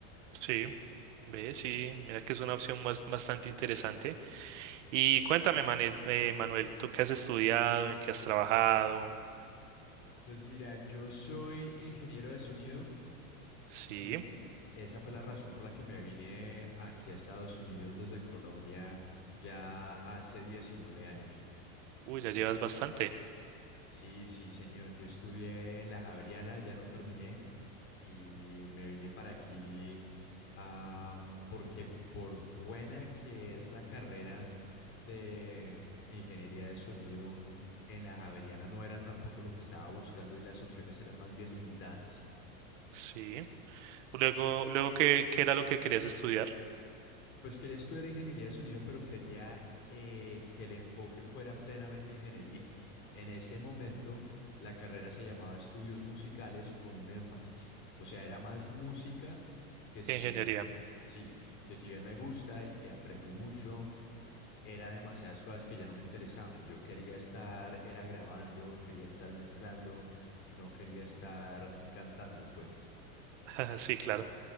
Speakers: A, on the right (about 55°); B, on the left (about 30°).
A: sí, ve, sí, mira que es una opción más, bastante interesante. Y cuéntame, Manel- eh, Manuel, ¿tú qué has estudiado? ¿En qué has trabajado?
B: Pues mira, yo soy ingeniero de sonido
A: Sí.
B: y esa fue la razón por la que me vine aquí a Estados Unidos desde Colombia ya hace 19 años.
A: Uy, ya llevas bastante.
B: Sí, sí, señor. Yo estudié en la Javeriana, ya no terminé y me vine para aquí ah, porque por buena que es la carrera de ingeniería de sonido, en la Javeriana no era tampoco lo que estaba buscando y las opciones eran más bien limitadas.
A: Sí. Luego, luego ¿qué, qué era lo que querías estudiar?
B: Pues quería estudiar ingeniería de sonido, pero quería eh, que el enfoque fuera plenamente ingeniería. En ese momento, la carrera se llamaba estudios musicales con un énfasis. O sea, era más música que si
A: ¿Qué ingeniería?
B: bien, sí, que si bien me gusta y que aprendí mucho, era demasiadas cosas que ya no me interesaban. Yo quería estar, era grabando, quería estar mezclando, no quería estar cantando, pues.
A: <laughs> Sí, claro.